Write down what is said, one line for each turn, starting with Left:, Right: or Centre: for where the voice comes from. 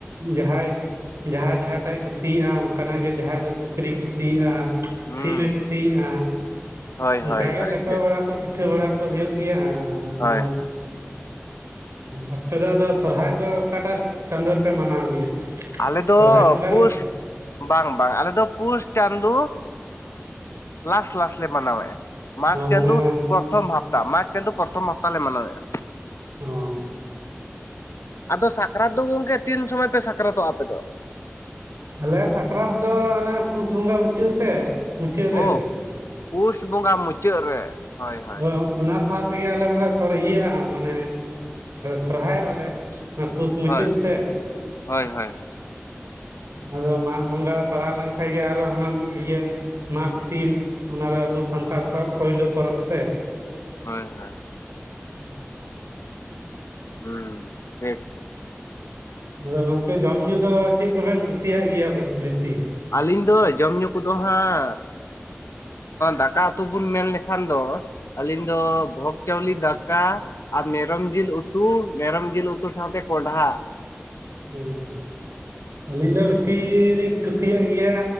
Right: ᱡᱟᱦᱟᱸᱭ᱾ ᱡᱟᱦᱟᱸᱭ ᱡᱟᱦᱟᱸᱴᱟᱜ-ᱮ ᱠᱩᱥᱤᱭᱟᱜ-ᱟ, ᱚᱱᱠᱟ ᱱᱟᱜ ᱜᱮ ᱡᱟᱦᱟᱸᱭ ᱫᱚ ᱥᱩᱠᱨᱤᱭ ᱠᱩᱥᱤᱭᱟᱜ-ᱟ᱾
Left: ᱦᱩᱸ
Right: ᱥᱤᱢᱮ ᱠᱩᱥᱤᱭᱟᱜ-ᱟ
Left: ᱦᱩᱸ ᱦᱳᱭ
Right: ᱚᱱᱠᱟᱜᱮ
Left: ᱦᱳᱭ ᱦᱳᱭ
Right: ᱞᱮᱴᱚ
Left: ᱴᱷᱤᱠ
Right: ᱵᱟᱲᱟ ᱠᱚ᱾ ᱯᱤᱴᱷᱟᱹ ᱵᱟᱲᱟ ᱠᱚ ᱦᱩᱭᱩᱜ ᱜᱮᱭᱟ ᱟᱫᱚ᱾
Left: ᱦᱳᱭ ᱦᱳᱭ
Right: ᱟᱯᱮ ᱫᱚ ᱟᱫᱚ ᱥᱚᱨᱦᱟᱭ ᱫᱚ ᱚᱠᱟᱴᱟᱜ ᱪᱟᱸᱫᱚ ᱨᱮ ᱯᱮ ᱢᱟᱱᱟᱣ ᱜᱮᱭᱟ᱾
Left: ᱟᱞᱮ
Right: ᱥᱚᱨᱦᱟᱭ
Left: ᱫᱚ
Right: ᱵᱚᱸᱜᱟ
Left: ᱯᱩᱥ
Right: ᱨᱮᱜᱮ
Left: ᱵᱟᱝ ᱵᱟᱝ ᱟᱞᱮ ᱫᱚ ᱯᱩᱥ ᱪᱟᱸᱫᱳ ᱞᱟᱥ ᱞᱟᱥ ᱞᱮ ᱢᱟᱱᱟᱣᱮᱫ-ᱟ᱾ ᱢᱟᱜᱽ
Right: ᱚ
Left: ᱪᱟᱸᱫᱚ
Right: ᱢᱟᱱᱮ
Left: ᱯᱨᱚᱛᱷᱚᱢ ᱦᱟᱯᱛᱟ ᱢᱟᱜᱽ ᱪᱟᱸᱫᱩ ᱯᱨᱚᱛᱚᱢ ᱦᱟᱯᱛᱟ ᱞᱮ ᱢᱟᱱᱟᱣᱭᱟ
Right: ᱚ
Left: ᱟᱫᱚ ᱥᱟᱠᱨᱟᱛ ᱫᱚ ᱜᱚᱝᱠᱮ ᱛᱤᱱ ᱥᱚᱢᱚᱭ ᱯᱮ ᱥᱟᱠᱨᱟᱛᱚᱜ-ᱟ ᱟᱯᱮ ᱫᱚ᱾
Right: ᱟᱞᱮᱭᱟᱜ ᱥᱟᱠᱨᱟᱛ ᱫᱚ ᱚᱱᱮ ᱯᱩᱥ ᱵᱚᱸᱜᱟ ᱢᱩᱪᱟᱹᱫ ᱥᱮᱫ ᱢᱩᱪᱟᱹᱫ
Left: ᱚ
Right: ᱨᱮ᱾
Left: ᱯᱩᱥ ᱵᱚᱸᱜᱟ ᱢᱩᱪᱟᱹᱫ ᱨᱮ ᱦᱳᱭ ᱦᱳᱭ
Right: ᱦᱚᱭ ᱚᱱᱟ ᱥᱟᱶ ᱛᱮᱜᱮ ᱟᱞᱮ ᱦᱚᱸᱞᱮ ᱤᱭᱟᱹᱜᱼᱟ ᱢᱟᱱᱮ ᱥᱚᱨᱦᱟᱭᱚᱜᱼᱟ ᱞᱮ᱾ ᱚᱱᱟ ᱯᱳᱥ ᱢᱩᱪᱟᱹᱫ
Left: ᱦᱳᱭ
Right: ᱥᱮᱜ ᱦᱮ
Left: ᱦᱳᱭ ᱦᱳᱭ
Right: ᱟᱫᱚ ᱢᱟᱜᱽ ᱵᱚᱸᱜᱟ ᱯᱟᱲᱟᱣ ᱞᱮᱱᱠᱟᱱ ᱜᱮ ᱟᱨᱚ ᱦᱟᱱᱟ ᱤᱭᱟᱹ᱾ ᱢᱟᱜᱽ ᱥᱤᱢ ᱚᱱᱟ ᱫᱚ ᱟᱵᱚ ᱥᱟᱱᱛᱟᱲ ᱠᱚᱣᱟᱜ ᱯᱳᱭᱞᱳ ᱯᱚᱨᱚᱵᱽ ᱥᱮ᱾
Left: ᱦᱳᱭ ᱦᱳᱭ
Right: <unintelligible>
Left: ᱦᱩᱸ ᱴᱷᱤᱠ
Right: ᱟᱫᱚ ᱜᱚᱝᱠᱮ ᱡᱚᱢ ᱧᱩ ᱫᱚ ᱪᱮᱫ ᱠᱚᱵᱮᱱ ᱠᱩᱥᱤᱭᱟᱜ ᱜᱮᱭᱟ ᱵᱮᱥᱤ᱾
Left: ᱟᱹᱞᱤᱧ ᱫᱚ ᱡᱚᱢᱧᱩ ᱠᱚᱫᱚ ᱦᱟᱸᱜ᱾ ᱫᱟᱠᱟ ᱩᱛᱩ ᱵᱚᱱ ᱢᱮᱱ ᱞᱮᱠᱷᱟᱱ ᱫᱚ᱾ ᱟᱹᱞᱤᱧ ᱫᱚ ᱵᱷᱚᱜᱽ ᱪᱟᱣᱞᱤ ᱫᱟᱠᱟ ᱟᱨ ᱢᱮᱨᱚᱢ ᱡᱤᱞ ᱩᱛᱩ ᱢᱮᱨᱚᱢ᱾ ᱡᱤᱞ ᱩᱛᱩ ᱥᱟᱶᱛᱮ ᱠᱚᱰᱦᱟ
Right: ᱦᱚᱸ ᱟᱹᱞᱤᱧ ᱫᱚ ᱵᱮᱥᱤ ᱞᱤᱧ ᱠᱩᱥᱤᱭᱟᱜ ᱜᱮᱭᱟ